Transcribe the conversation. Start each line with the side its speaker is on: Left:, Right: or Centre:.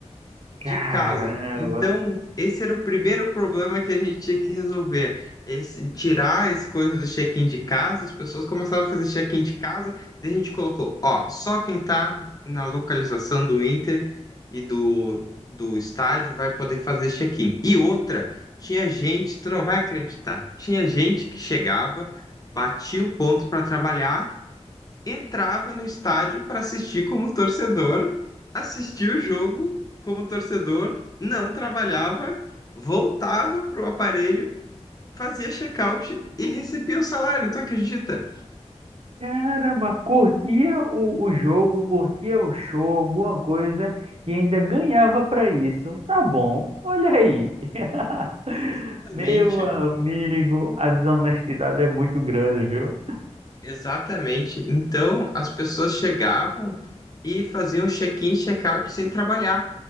Right: Caramba!
Left: de casa. Então, esse era o primeiro problema que a gente tinha que resolver. Esse- tirar esse coisa do check-in de casa, as pessoas começaram a fazer check-in de casa, daí a gente colocou, ó, só quem tá na localização do Inter e do, do estádio vai poder fazer check-in. E outra, tinha gente, tu não vai acreditar, tinha gente que chegava, batia o ponto para trabalhar entrava no estádio para assistir como torcedor, assistia o jogo como torcedor, não trabalhava, voltava pro aparelho, fazia check-out e recebia o salário, tu acredita?
Right: Caramba, curtia o, o jogo, curtia o show, alguma coisa, e ainda ganhava para isso. Tá bom, olha aí. <laughs>
Left: Exatamente,
Right: Meu amigo, a desonestidade é muito grande, viu?
Left: exatamente. Então as pessoas chegavam e faziam check-in, e check-out sem trabalhar.